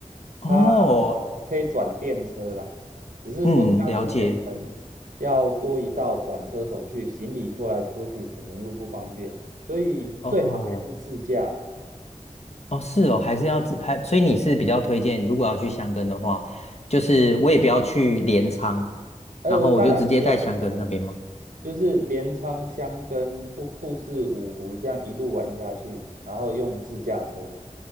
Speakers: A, on the left; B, on the right.
A: 哦，
B: 它可以转电车啦，只是说这样就变成要多一道转车手续，
A: 嗯，了解。
B: 行李拖来拖去可能又不方便，所以最好还是自驾啦。
A: 哦，哦，是哦，还是要自还，所以你是比较推荐，如果要去箱根的话，就是我也不要去镰仓，
B: 呃，
A: 然后我就直接在箱根那边吗？
B: 当然是要镰仓，就是镰仓箱跟富富士五湖这样一路玩下去，然后用自驾车，